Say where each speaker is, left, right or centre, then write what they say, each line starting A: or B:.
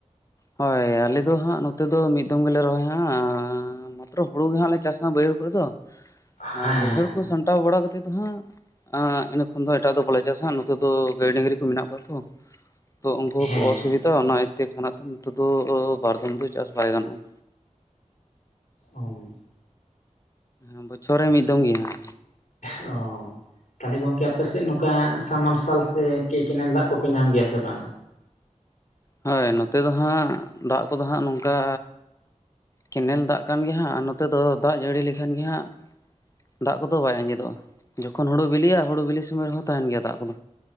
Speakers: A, on the left; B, on the left.
A: ᱦᱳᱭ ᱟᱞᱮ ᱫᱚ ᱦᱟᱸᱜ ᱱᱚᱛᱮ ᱫᱚ ᱢᱤᱫ ᱫᱚᱢ ᱜᱮᱞᱮ ᱨᱚᱦᱚᱭᱟ ᱦᱟᱸᱜ, ᱢᱟᱛᱨᱚ ᱦᱩᱲᱩ ᱜᱮ ᱦᱟᱸᱜ ᱪᱟᱥᱟ ᱵᱟᱹᱭᱦᱟᱹᱲ ᱠᱚᱨᱮ ᱫᱚ
B: ᱦᱮᱸ
A: ᱟᱨ ᱵᱟᱹᱭᱦᱟᱹᱲ
B: ᱦᱮᱸ
A: ᱠᱚ ᱥᱟᱢᱴᱟᱣ ᱵᱟᱲᱟ ᱠᱟᱛᱮᱫ ᱫᱚ ᱦᱟᱸᱜ ᱤᱱᱟᱹ ᱠᱷᱚᱱ ᱫᱚ ᱮᱴᱟᱜ ᱫᱚ ᱵᱟᱞᱮ ᱪᱟᱥᱟ ᱱᱚᱛᱮ ᱫᱚ ᱜᱟᱹᱭ ᱰᱟᱝᱨᱤ ᱠᱚ ᱢᱮᱱᱟᱜ ᱠᱚᱣᱟ ᱛᱚ᱾ ᱛᱚ ᱩᱱᱠᱩ ᱦᱚᱸᱠᱚ
B: ᱦᱮᱸ
A: ᱚᱥᱩᱵᱤᱫᱟ ᱚᱱᱟ ᱤᱭᱟᱹᱛᱮ ᱠᱟᱱᱟ ᱱᱚᱛᱮ ᱫᱚ ᱵᱟᱨᱫᱚᱢ ᱫᱚ ᱪᱟᱥ ᱵᱟᱭ ᱜᱟᱱᱚᱜᱼᱟ᱾
B: ᱦᱮᱸ
A: ᱮ ᱵᱚᱪᱷᱚᱨ ᱨᱮ ᱢᱤᱫ ᱫᱚᱢ ᱜᱮ ᱦᱟᱸᱜ
B: ᱚᱻ ᱛᱟᱦᱚᱞᱮ ᱜᱚᱝᱠᱮ ᱟᱯᱮᱥᱮᱫ ᱱᱚᱝᱠᱟ ᱥᱟᱵᱽ ᱢᱟᱨᱥᱟᱞ ᱥᱮ ᱠᱮ ᱠᱮᱱᱮᱞ ᱫᱟᱜ ᱠᱚᱯᱮ ᱧᱟᱢ ᱜᱮᱭᱟ ᱥᱮ ᱵᱟᱝ?
A: ᱦᱳᱭ ᱱᱚᱛᱮ ᱫᱚ ᱦᱟᱸᱜ ᱫᱟᱜ ᱠᱚᱫᱚ ᱦᱟᱸᱜ ᱱᱚᱝᱠᱟ ᱠᱮᱱᱮᱞ ᱫᱟᱜ ᱠᱟᱱ ᱜᱮᱭᱟ ᱦᱟᱸᱜ, ᱟᱨ ᱱᱚᱛᱮ ᱫᱚ ᱫᱟᱜ ᱡᱟᱹᱲᱤ ᱞᱮᱠᱷᱟᱱ ᱜᱮ ᱦᱟᱸᱜ ᱫᱟᱜ ᱠᱚᱫᱚ ᱵᱟᱭ ᱟᱸᱡᱮᱫᱚᱜᱼᱟ᱾ ᱡᱚᱠᱷᱚᱱ ᱦᱩᱲᱩ ᱵᱤᱞᱤᱜᱼᱟ ᱦᱩᱲᱩ ᱵᱤᱞᱤ ᱥᱚᱢᱚᱭ ᱨᱮᱦᱚᱸ ᱛᱟᱦᱮᱱ ᱜᱮᱭᱟ ᱫᱟᱜ ᱠᱚᱫᱚ᱾